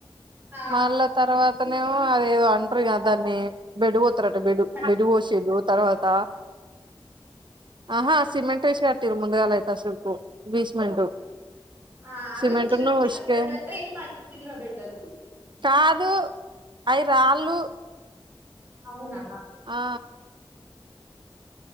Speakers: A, on the right; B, on the right.
A: ఆ
B: మళ్ళ తర్వాత తనే ఏమో అదేదో అంటరు కదా దాన్ని బెడ్ పోతారట బెడ్
A: పట్-
B: బెడ్ పోసిర్రు తర్వాత ఆహా సిమెంట్ వేసి కట్టిర్రు ముందుగాల అయితే అసలకు బిస్మెంట్
A: ఆ అవి
B: సిమెంట్
A: తినట్లే
B: ను ఉష్కే
A: ఇది మడిచితిలో బిడ్డలు
B: కాదు అవి రాళ్ళు
A: అవునా
B: ఆ